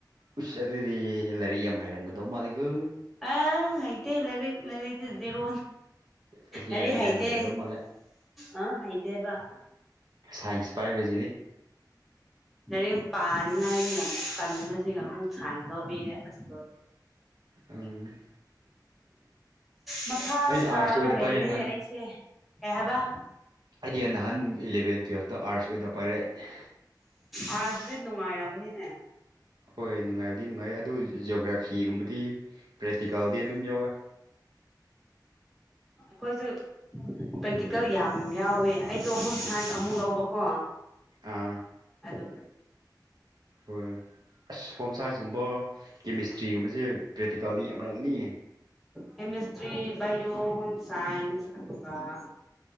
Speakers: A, on the right; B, in the centre.
A: ꯎꯁ ꯑꯗꯨꯗꯤ ꯂꯥꯏꯔꯤꯛ ꯌꯥꯝ ꯍꯥꯏꯔꯝꯒꯗꯧ ꯃꯥꯜꯂꯤꯒ
B: ꯑ ꯑꯥꯏꯇ ꯂꯔꯤ ꯂ ꯂꯩꯔꯤ ꯖꯦꯔꯣ
A: ꯑꯩꯁ
B: ꯑꯔꯤ
A: ꯂꯥꯏꯔꯤꯛ
B: ꯍꯥꯏꯥꯏꯇ
A: ꯌꯥꯝ ꯍꯩꯒꯗꯧ ꯃꯥꯜꯂꯦ
B: ꯑ ꯍꯥꯏꯥꯏꯇꯕ
A: ꯁꯥꯏꯟꯁ ꯄꯥꯏꯕꯁꯤꯗꯤ
B: ꯔꯦꯡ ꯄꯥꯅꯤꯡꯉꯥꯏꯒ ꯌꯥꯝ ꯀꯟꯕ ꯁꯤꯒ ꯑꯃꯨꯛ ꯁꯥꯡꯉꯗꯧꯕꯤꯔꯦ ꯑꯁ ꯂꯣꯏꯔꯦ
A: ꯎꯝ
B: ꯃꯊꯥ
A: ꯑꯩꯗꯤ
B: ꯁꯥꯔꯒ
A: ꯑꯥꯔꯠꯁ ꯑꯣꯏꯅ
B: ꯂꯩꯔꯦ
A: ꯄꯥꯏꯔꯦ ꯅꯍꯥꯟ
B: ꯑꯩꯁꯦ ꯀꯩ ꯍꯥꯏꯕ
A: ꯑꯩꯗꯤ ꯅꯍꯥꯟ ꯏꯂꯚꯦꯟ ꯇꯨꯌꯦꯜꯐꯇ ꯑꯥꯔꯁ ꯑꯣꯏꯅ ꯄꯥꯏꯔꯛꯑꯦ
B: ꯑꯥꯥꯁꯗꯤ ꯅꯨꯡꯉꯥꯏꯔꯝꯅꯤꯅꯦ
A: ꯍꯣꯏ ꯅꯨꯡꯉꯥꯏꯕꯗꯤ ꯅꯨꯡꯉꯥꯏ ꯑꯗꯨ ꯖꯤꯑꯣꯒ꯭ꯔꯥꯐꯤꯒꯨꯝꯕꯗꯤ ꯄ꯭ꯔꯦꯛꯇꯤꯀꯦꯜꯗꯤ ꯑꯗꯨꯝ ꯌꯥꯎꯋꯦ
B: ꯀꯣꯏꯁꯨ ꯄ꯭ꯔꯦꯛꯇꯤꯀꯦꯜ ꯌꯥꯝ ꯌꯥꯎꯋꯦ ꯑꯩꯗꯣ ꯍꯣꯝ ꯁꯥꯏꯟꯁ ꯑꯃꯨꯛ ꯂꯧꯕꯀꯣ
A: ꯑꯥ
B: ꯗ
A: ꯍꯣꯏ ꯑꯁ ꯍꯣꯝ ꯁꯥꯏꯟꯁꯀꯨꯝꯕ ꯀꯦꯃꯤꯁꯇ꯭ꯔꯤꯒꯨꯝꯕꯁꯦ ꯄ꯭ꯔꯦꯛꯇꯤꯀꯦꯜꯗꯤ ꯌꯥꯝ ꯭ꯔꯒꯗꯤ
B: ꯀꯦꯃꯤꯁꯇ꯭ꯔꯤ ꯕꯥꯌꯣ ꯍꯝ ꯁꯥꯏꯟꯁ ꯑꯗꯨꯒ ꯑ